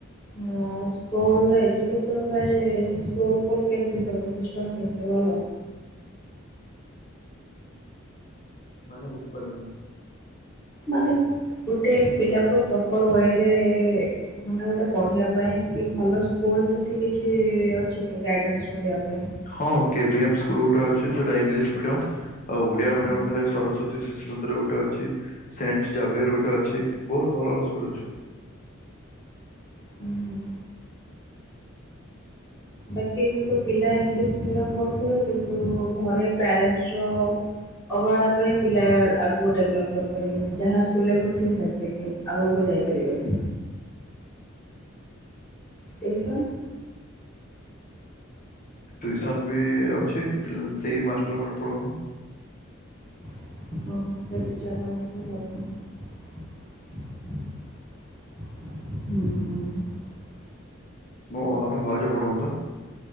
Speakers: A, on the left (about 15°); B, on the left (about 40°).
A: ହଁ ସ୍କୁଲ୍ ର ଏଜୁକେଶନ୍ ପାଇଁ ସ୍କୁଲ୍, ଫୁଲ୍ କେମିତି ସବୁ ସିଷ୍ଟମ୍ କେମିତି ଭଲ?
B: ମାନେ ବୁଝିପାରିଲାନି?
A: ମାନେ? ଗୋଟେ ପିଲାକୁ ପ୍ରପର ୱେରେ ମାନେ ଗୋଟେ ପଢିବା ପାଇଁ କି ଭଲ ସ୍କୁଲ ସେଠି କିଛି ଅଛି? ଠିକରେ ଗାଇଡାନ୍ସ ବନେଇବା ପାଇଁ
B: ହଁ କେ ଏ ସ୍କୁଲ ଗୋଟେ ଅଛି ସେଟା ଇଂଲିଶ ମିଡିୟମ ଆଉ ଓଡିଆ ମିଡିୟମ
A: ହୁଁ
B: ହେଲେ ସରସ୍ଵତୀ ଶିଶୁ ମନ୍ଦିର ଗୋଟେ ଅଛି, ସେଣ୍ଟ ଜାଭିୟର ଗୋଟେ ଅଛି, ବହୁତ ଭଲ ଭଲ ସ୍କୁଲ ଅଛି।
A: ହୁଁ। ବାକି କିନ୍ତୁ ପିଲା ଇଂଲିଶ ମିଡିୟମ ପଢୁଥିବେ କିନ୍ତୁ ଘରେ ପ୍ୟାରେଣ୍ଟସ ର ଅବହେଳା ପାଇଁ ପିଲା ଆଗକୁ ଡେଭଲପ୍ କରିପାରିବେନି ଯାହା ସ୍କୁଲରେ ପଢୁଥିବେ ସେତିକି ଆଗକୁ ଯାଇପାରିବନି ଟିୟୁସନ୍
B: ଟିୟୁସନ୍ ବି ଅଛି ପିଲାଙ୍କୁ ସେଇ ମାଷ୍ଟର୍ ମାନେ ପଢ଼ଉ
A: <unintelligible> ହୁଁ
B: ମୁ ଆମ ଘରେ ପଢୁଅନ୍ତା